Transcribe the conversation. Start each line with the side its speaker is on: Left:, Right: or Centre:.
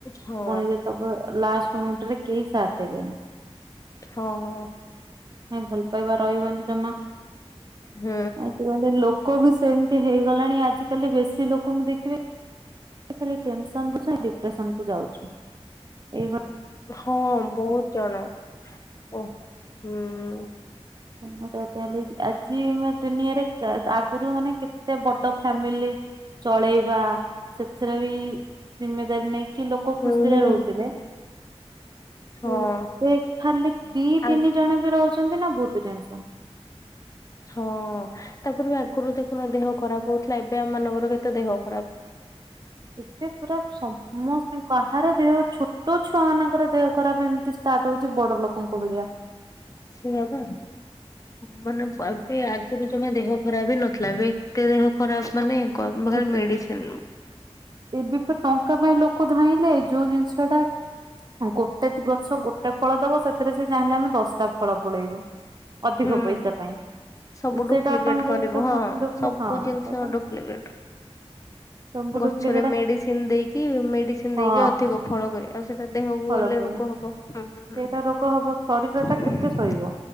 Left: ହଁ
Right: ପୁଣି ଯେତେବେଳେ ଲାଷ୍ଟ୍ ମୋମେଣ୍ଟରେ କେହି ସାତ୍ ଦେବେନି।
Left: ହଁ ହଁ।
Right: ନାଇଁ ଭଲ ପାଇବା ରହିବନି ଜମା।
Left: ହୁଁ।
Right: ଆଜି କାଲି ଲୋକବି ସେମିତି ହେଇଗଲାଣି ଆଜିକାଲି ବେଶୀ ଲୋକଙ୍କୁ ଦେଖିବେ ସେଖାଲି ଟେନସନ୍ କୁଯାଇ ଡିପ୍ରେସନ୍ କୁ ଯାଉଚୁ ଏଇଭ
Left: ହଁ ବହୁତ୍ ଜଣ ଅ ହୁଁ।
Right: <unintelligible> ଆଜି ମା ଦୁନିଆରେ କା ଆଗୁରୁ ମାନେ କେତେ ବଡ ଫ୍ୟାମିଲି ଚଳେଇବା ସେଥିରବି ଜିମେଦାରି ନେଇ କି ଲୋକ
Left: ହୁଁ
Right: ଖୁସିରେ
Left: ହୁଁ
Right: ରହୁଥିଲେ।
Left: ହଁ।
Right: ହୁଁ ସେଖାଲି ଦି ତିନି
Left: ଆଉ
Right: ଜଣବି ରହୁଚନ୍ତିନା ବହୁତ୍ ଟେନସନ୍।
Left: ହଁ ତାପରେବି ଆଗରୁ ଦେଖୁନ ଦେହ ଖରାପ୍ ହଉଥିଲା ଏବେ ଆମ ମାନଙ୍କର କେତେ ଦେହ ଖରାପ୍
Right: ଏବେ ପୁରା ସମସ୍ତ କାହାର ଦେହ ଛୋଟ ଛୁଆ ମାନଙ୍କର ଦେହ ଖରାପ୍ ଏମିତି ଷ୍ଟାର୍ଟ ହଉଚି ବଡ଼ ଲୋକଙ୍କ ଭଳିଆ।
Left: ସେଇୟାପା। ମାନେ ଏବେ ଆଗରୁ ଜମା ଦେହ ଖରାପ୍ ନଥିଲା ଏବେ ଏତେ ଦେହ ଖରାପ୍ ମାନେ ଖାଲି
Right: <unintelligible>
Left: ମେଡିସିନ
Right: ଏବେତ ଟଙ୍କା ପାଇଁ ଲୋକ ଧାଇଁଲେ ଯୋଉ ଜିନିଷଟା ଗୋଟେ ଗ ଛ ଗୋଟା ଫଳ ଦବ ସେଥିରେ ସେ ଚାହିଁଲେ ଆମେ ଦଶଟା ଫଳ ପଳେଇବୁ ଅଧିକ
Left: ହୁଁ
Right: ପଇସା ପାଇଁ।
Left: ସବୁ
Right: ସେଇଟା
Left: ଡୁପ୍ଲିକେଟ
Right: ଅଟୋମେଟିକାଲି
Left: କରିବ ହଁ
Right: <unintelligible>
Left: ସବୁ
Right: ହଁ
Left: ଜିନିଷ
Right: ସେଇଟା
Left: ଡୁପ୍ଲିକେଟ
Right: ସବୁ
Left: ଗଛରେ
Right: ଡୁପ୍ଲିକେଟ
Left: ମେଡ଼ିସିନ୍ ଦେଇକି ମେଡ଼ିସିନ୍
Right: ହଁ
Left: ଦେଇକି ଅଧିକ ଫଳ କରିବା ଆ ସେଟା ଦେହକୁ
Right: ଫଳ
Left: ଗଲେ
Right: କରେ
Left: ରୋଗ ହବ ହୁଁ ହୁଁ
Right: ସେଇଟା ରୋଗ ହବ ଶରୀର ଟା କେତେ
Left: ହୁଁ।
Right: ସହିବ